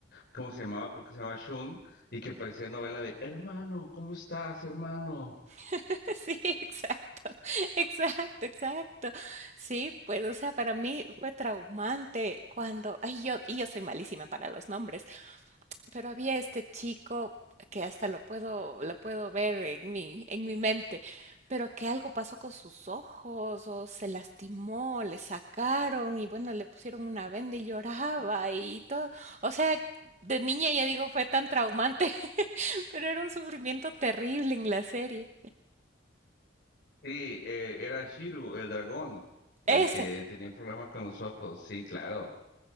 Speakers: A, on the left (about 55°); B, on the right (about 35°).
A: ¿cómo se llamaba? Creo que se llamaba Shun, y que parecía novela de, hermano, ¿cómo estás, hermano?
B: <laughs> Sí, exacto. <laughs> Exacto, exacto. Sí, pues, o sea, para mí fue traumante cuando, ay, yo, y yo soy malísima para los nombres, Pero había este chico que hasta lo puedo, lo puedo ver en mi, en mi mente, pero que algo pasó con sus ojos, o se lastimó, le sacaron, y bueno, le pusieron una venda y lloraba y todo. O sea, de niña ya digo, fue tan traumante, <laughs> pero era un sufrimiento terrible en la serie.
A: Sí, eh, era Shiru, el dragón, el
B: Ese.
A: que tenía un problema con los ojos, sí, claro.